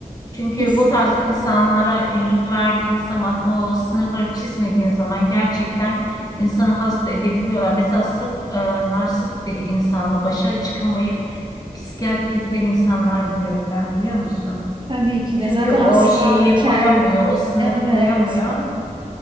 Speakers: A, on the left (about 25°); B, on the right (about 35°).
A: Çünkü
B: Kesin.
A: bu tarz insanlara yüz verdiğin zaman o sınırları çizmediğin zaman gerçekten insanı hasta edebiliyorlar. Mesela sırf e, narsist bir insanla başa çıkamayıp psikiyatriye giden insanlar biliyorum ben biliyor musun?
B: Tabii ki
A: Çünkü
B: de zaten
A: o
B: asla
A: şeyi
B: ke-
A: koyamıyor, o sınırı
B: evet
A: koyamıyor.